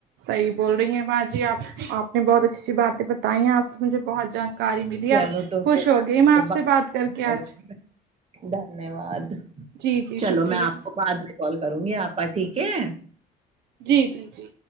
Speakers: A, on the right; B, on the right.
A: صحیح بول رہی ہیں با جی آپ آپ نے بہت اچھی سی باتیں بتاںی بتائی آپ سے مجھے بہت جانکاری ملی
B: چلو
A: آج
B: تو
A: خوش
B: پھر
A: ہو گئی میں
B: کو
A: آپ سے بات کر کے
B: کروں،
A: آج
B: دھنیہ واد
A: جی جی
B: چلو
A: شکریہ
B: میں آپ کو بعد میں کال کروں گی آپا ٹھیک ہے
A: جی جی جی